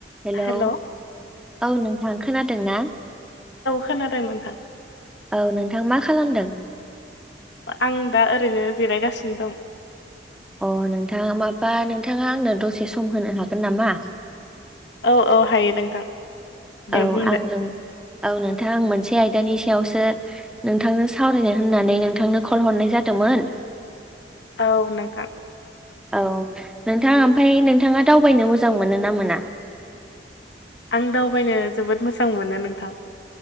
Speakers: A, in the centre; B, on the left.
A: Hello
B: hello औ
A: औ नोंथां खोनादों ना
B: खोनादों नोंथां
A: औ नोंथां मा खालामदों
B: आं दा ओरैनो जेलायगासिनो दं
A: अ नोंथाङ माबा नोंथाङा आंनो दसे सम होनो हागोन नामा
B: औ औ हायो नोंथां दे
A: औ
B: बुंदो
A: आं नों औ नोंथां आं मोनसे आयदानि सायावसो नोंथांनो सावरायनो होननानै नोंथांनो कल हरनाय जादोंमोन
B: औ नोंथां।
A: औ नोंथां ओमफफ्राय नोंथाङा दावबायनो मोजां मोनो ना मोना
B: आं दावबायनो जोबोद मोजां मोनो नोंथां